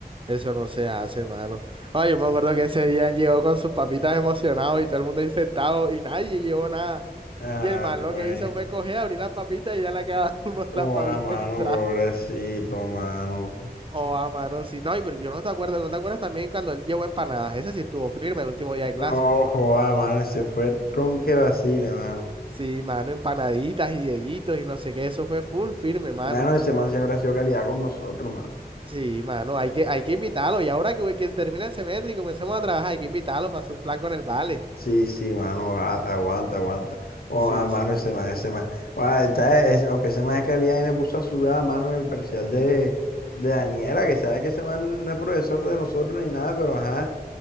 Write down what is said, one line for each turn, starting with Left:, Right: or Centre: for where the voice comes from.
Right: Eso no se hace, mano. Ay, yo me acuerdo que ese día llegó con sus papitas emocionados y todo el mundo ahí sentado y nadie llevó nada.
Left: Ah,
Right: Y el man
Left: pues.
Right: lo que hizo fue coger, abrir las papitas y ya le quedaba <laughs> uno de
Left: Oh,
Right: las papitas
Left: ah, mano,
Right: que trajo.
Left: pobrecito, mano.
Right: Oh, a mano, sí. No, y pero yo no te acuerdas, ¿no te acuerdas también cuando él llevó empanadas? Ese sí estuvo firme el último día de clase.
Left: No, joda, mano, ese fue tronque vacile, mano.
Right: Sí, mano, empanaditas y deditos y no sé qué, eso fue full firme, mano.
Left: Mano, ese man siempre ha sido calidad con nosotros, mano.
Right: Sí, mano, hay que, hay que invitarlo. Y ahora que, que termina el semestre y comencemos a trabajar, hay que invitarlo para hacer un plan con el vale.
Left: Sí, sí, mano, a- aguanta, aguanta. Oh,
Right: Sí,
Left: ah, mano,
Right: sí, mano.
Left: ese man, ese man. Ah, está- es- aunque ese man es calidad y me puso a sudar, mano, en el parcial de, de Daniela, que sabe que ese man no es profesor de nosotros ni nada, pero ajá.